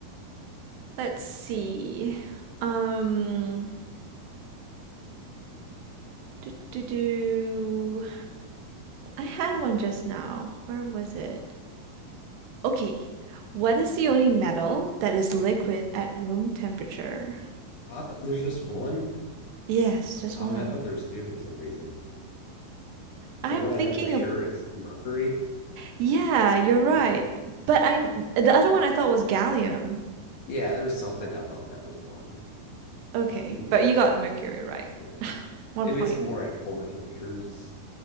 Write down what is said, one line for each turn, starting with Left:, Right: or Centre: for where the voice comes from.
Right: Let's see. Um do do do. I had one just now. Where was it? Okay. What is the only metal that is liquid at room temperature?
Left: I thought there's just one.
Right: Yes, just
Left: Um,
Right: one.
Left: I thought there was two for some reason.
Right: I'm
Left: The one I
Right: thinking
Left: know for sure
Right: of
Left: is Mercury.
Right: Yeah, you're right.
Left: Yeah.
Right: But I the other one I thought was gallium.
Left: Yeah, there was something I thought that was one.
Right: Okay,
Left: Hmm.
Right: but you got mercury right.
Left: Yeah.
Right: <laughs> One
Left: Maybe
Right: point.
Left: it's more at colder temperatures